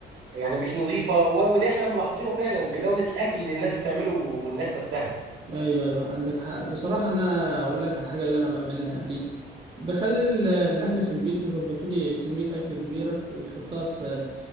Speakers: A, on the right; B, on the right.
A: يعني مش نظيفه و... وده احنا ملاحظينه فعلا في جوده الاكل اللي الناس بتعمله والناس نفسها
B: ايوه ايوه عندك حق بصراحه انا اقول لك على الحاجه اللي انا بعملها يعني بخلي ال- الاهل في البيت يظبطوا لي كميه اكل كبيره ويحطها في